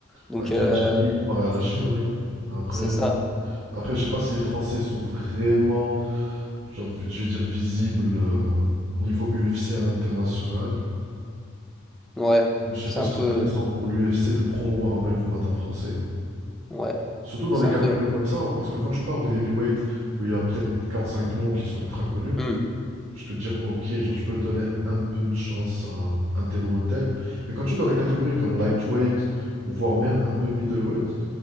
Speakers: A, in the centre; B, on the right.
A: Donc
B: Bah, qui
A: euh,
B: est un petit pays comparé à la Chine, oui. Mais après.
A: c'est ça.
B: Après, je sais pas si les Français sont vraiment, genre, je vais dire, visibles euh, niveau UFC à l'international.
A: Ouais,
B: Je sais
A: c'est
B: pas
A: un
B: si
A: peu
B: c'est intéressant pour l'UFC de promouvoir un peu les combattants français.
A: ouais,
B: Surtout dans
A: c'est
B: des
A: un
B: catégories
A: peu
B: comme ça, hein, parce que quand tu parles de heavyweight, où il y a peut-être quatre, cinq noms qui sont ultra connus,
A: Hmm,
B: je peux te dire, ok, genre, tu peux donner un peu de chance à un tel ou un tel. Mais quand tu es dans des catégories comme lightweight, voire même un peu middleweight,